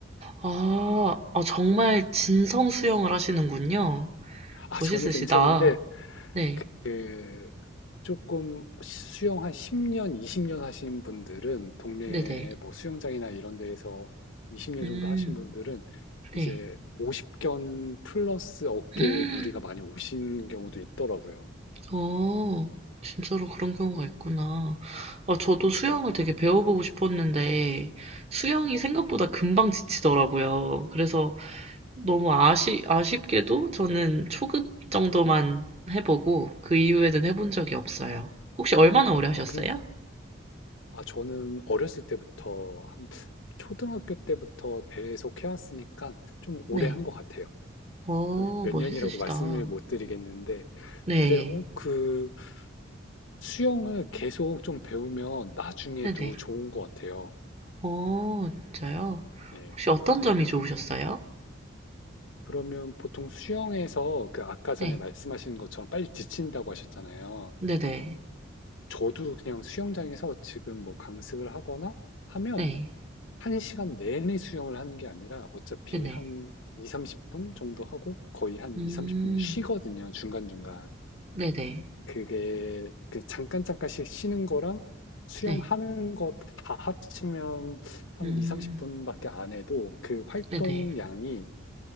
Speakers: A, on the right; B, on the left.
A: 아, 아, 정말 진성 수영을 하시는군요.
B: 아,
A: 멋있으시다.
B: 저는 괜찮은데
A: 네.
B: 그 조금 수영 한 10 년, 20년 하신 분들은 동네
A: 네네.
B: 뭐 수영장이나 이런 데에서 20년
A: 음,
B: 정도 하신 분들은 이제
A: 네.
B: 50견 플러스 어깨에
A: <gasps>
B: 무리가 많이 오신 경우도 있더라고요.
A: 어 진짜로 그런 경우가 있구나. 아, 저도 수영을 되게 배워보고 싶었는데, 수영이 생각보다 금방 지치더라고요. 그래서 너무 아시, 아쉽게도 저는 초급 정도만 해보고, 그 이후에는 해본 적이 없어요. 혹시 얼마나 오래 하셨어요?
B: 아, 근 아, 저는 어렸을 때부터 한 초등학교 때부터 계속 해왔으니까 좀
A: 네.
B: 오래 한 것 같아요.
A: 어,
B: 그 몇
A: 멋있으시다.
B: 년이라고 말씀을 못 드리겠는데,
A: 네.
B: 근데 어, 그 수영을 계속 좀 배우면 나중에도
A: 네네.
B: 좋은 것 같아요.
A: 어, 진짜요?
B: 네.
A: 혹시 어떤
B: 네.
A: 점이 좋으셨어요?
B: 그러면 보통 수영에서 그 아까 전에
A: 네.
B: 말씀하신 것처럼 빨리 지친다고 하셨잖아요.
A: 네네.
B: 저도 그냥 수영장에서 지금 뭐 강습을 하거나 하면
A: 네.
B: 한 시간 내내 수영을 하는 게 아니라 어차피
A: 네네.
B: 한 2, 30분 정도 하고 거의 한
A: 음,
B: 2, 30분은 쉬거든요. 중간중간.
A: 네네.
B: 그게 그 잠깐 잠깐씩 쉬는 거랑 수영하는
A: 네.
B: 거 다 합치면 한
A: 음.
B: 2, 30분밖에 안 해도 그 활동량이
A: 네네.